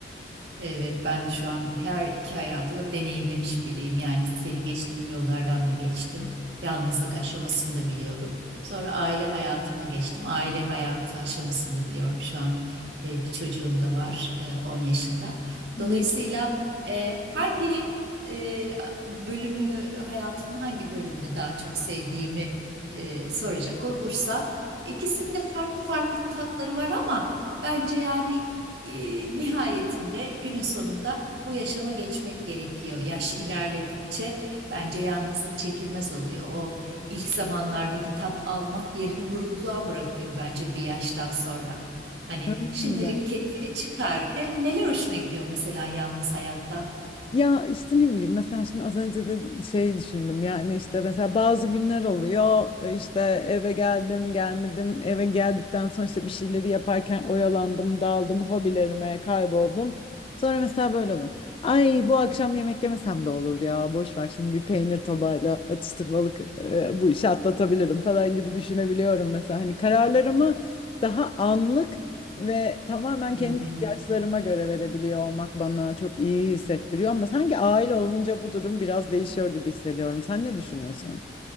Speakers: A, on the right (about 75°); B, on the left (about 30°).
A: Evet, ben şu an her iki hayatı da deneyimlemiş biriyim. Yani senin geçtiğin yollardan da geçtim. Yalnızlık aşamasını da biliyorum. Sonra aile hayatına geçtim. Aile hayatı aşamasını da biliyorum. Şu an e, bir çocuğum da var, e, 10 yaşında.
B: Ne
A: Dolayısıyla e, hangi e, bölümü, hayatımın hangi bölümünü daha çok sevdiğimi e, soracak olursan, ikisinde farklı farklı tatları var ama bence yani e, nihayetinde günün sonunda bu yaşama geçmek gerekiyor. Yaş ilerledikçe bence yalnızlık çekilmez oluyor. O ilk zamanlardaki tat almak yerini burukluğa bırakıyor bence bir yaştan sonra. Hani
B: Öyle
A: şimdilik
B: mi
A: keyfini çıkar. Ne- Neler hoşuna gidiyor mesela yalnız hayatta?
B: Ya işte ne bileyim mesela şimdi az önce de şey düşündüm yani işte mesela bazı günler oluyor e, işte eve geldim gelmedim eve geldikten sonra işte bir şeyleri yaparken oyalandım daldım hobilerime kayboldum sonra mesela böyle oluyorum ay bu akşam yemek yemesem de olur ya boş ver şimdi bir peynir tabağıyla atıştırmalık e, bu işi atlatabilirim falan gibi düşünebiliyorum mesela hani kararlarımı daha anlık ve tamamen kendi
A: Hı hı.
B: ihtiyaçlarıma göre verebiliyor olmak bana çok iyi hissettiriyor ama sanki aile olunca bu durum biraz değişiyor gibi hissediyorum. Sen ne düşünüyorsun?